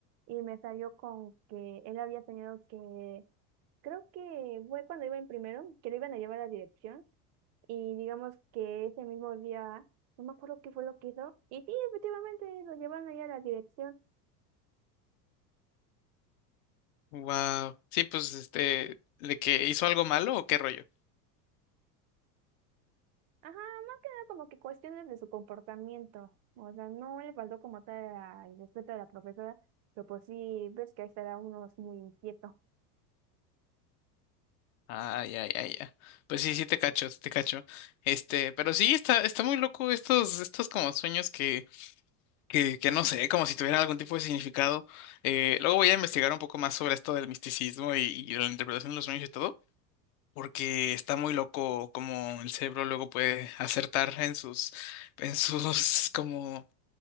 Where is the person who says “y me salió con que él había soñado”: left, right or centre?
Right